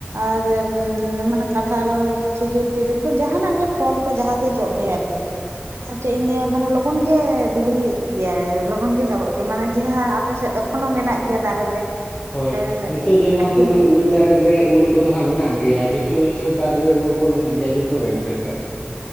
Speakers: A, on the right; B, on the left.
A: ᱟᱨ ᱢᱟᱱᱮ ᱠᱟᱴᱷᱟᱞ ᱠᱷᱤᱡᱩᱨ ᱴᱤᱡᱩᱨ ᱠᱚ ᱡᱟᱦᱟᱱᱟᱜ ᱜᱮ ᱯᱷᱚᱞ ᱡᱟᱦᱟ ᱜᱮ ᱟᱨᱠᱤ ᱪᱮᱫ ᱤᱧ ᱞᱟᱹᱭᱟ ᱢᱮ ᱞᱚᱜᱚᱱ ᱜᱮ ᱵᱤᱞᱤᱜ ᱜᱮᱭᱟᱭ ᱞᱚᱜᱚᱱ ᱜᱮ ᱪᱟᱵᱟᱜ ᱜᱮᱭᱟ ᱢᱟᱱᱮ ᱡᱟᱦᱟᱸ ᱟᱯᱮ ᱥᱮᱫ ᱮᱠᱷᱚᱱᱦ ᱢᱮᱱᱟᱜ ᱜᱮᱭᱟ ᱫᱟᱨᱮ ᱨᱮ
B: ᱦᱳᱭ
A: ᱟᱨ
B: ᱱᱤᱛᱚᱜ ᱡᱮᱢᱚᱱ
A: ᱟᱨᱠᱤ
B: ᱢᱟᱱᱮ ᱩᱞ ᱫᱟᱨᱮ ᱨᱮ ᱩᱞ ᱠᱚᱫᱚ ᱦᱟᱸ ᱢᱮᱱᱟᱜ ᱜᱮᱭᱟ ᱠᱤᱪᱷᱩ ᱠᱤᱪᱷᱩ ᱫᱟᱨᱮ ᱨᱮ ᱩᱞ ᱠᱚ ᱢᱮᱱᱟᱜ ᱜᱮᱭᱟ ᱡᱚᱛᱚ ᱜᱮ ᱢᱮᱱᱟᱜ ᱟᱠᱟᱫᱟ ᱾